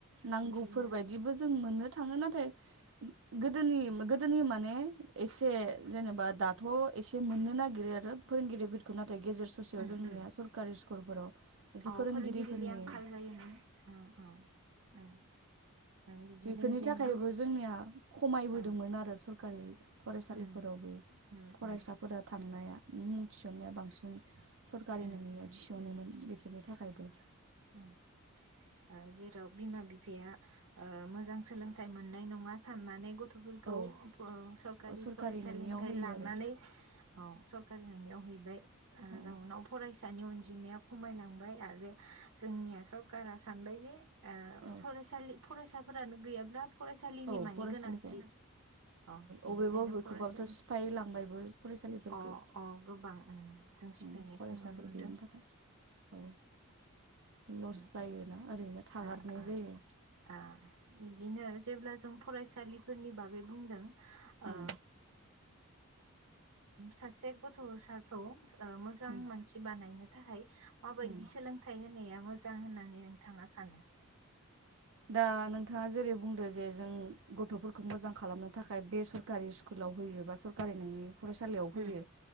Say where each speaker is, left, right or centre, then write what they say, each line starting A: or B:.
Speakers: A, on the right (about 65°); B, on the right (about 90°).
A: नांगौफोरबायदिबो
B: बिदिनो
A: जों मोनो थाङो नाथाय गोदोनि गोदोनि माने एसे जेनेबा दाथ' एसे मोननो नागिरो आरो फोरोंगिरिफोरखौ नाथाय नाथाय गेजेर ससेयाव
B: उम
A: जोंनिया
B: उम
A: सरकारि स्कुलफोराव एसे
B: अ
A: फोरोंगिरिफोरनि
B: फोरोंगिरिनि आंखाल जायोमोन
A: <inaudible>
B: अ अ उम उम बिदिनो
A: बेफोरनि
B: जेन
A: थाखायबो
B: गो
A: जोंनिया खमायबोदोंमोन
B: औ
A: आरो सोरखारि फरायसालिफोरावबो
B: उम उम उम उम उम उम उम उम
A: <inaudible> <inaudible>
B: उम ओ जेराव बिमा बिफाया ओ मोजां सोलोंथाइ मोननाय नङा साननानै ग गथ'फोरखौ
A: औ
B: सोरखारि
A: सरकारि
B: फरायसालिनिफ्राय
A: नोङियाव होयो
B: लांनानै
A: आरो
B: स सोरखारि नङैआव हैबाय
A: औ
B: जाउनाव फरायसानि अनजिमाया खमायलांबाय आरो जों जोंनिया सोरखारा सानबाय जे
A: औ
B: फरायसा फरायसाफोरानो गैयाब्ला फरायसालिनि
A: औ
B: मानि
A: फरायसालिखौ
B: गोनांथि। औ बेनिखायनो
A: अबेबा बबेखौबाबोथ'
B: फरायसालि
A: सिफायलांबायबो फरायसालिफोरखौ
B: अ अ गोबां उम। जों सिफायनायखौ
A: उम फरायसाफोर
B: नुनो मोनदों।
A: गैयिनि थाखाय औ लस
B: उम
A: जायोना ओरैनो थागारनाय
B: आ आ
A: जायो
B: आ बिदिनो। जेब्ला जों फरायसालिफोरनि बागै बुंदों ओ
A: उम
B: सासे गथ'साखौ मोजां
A: उम
B: मानसि बानायनो थाखाय माबायदि
A: उम
B: सोलोंथाइ होनाया मोजां होननानै नोंथाङा सानो
A: दा नोंथाङा जेरै बुंदों जे जों गथ'फोरखौ मोजां खालामनो थाखाय बे सरकारि स्कुलाव होयो बा सरकारि नङै फरायसालियाव होयो
B: उम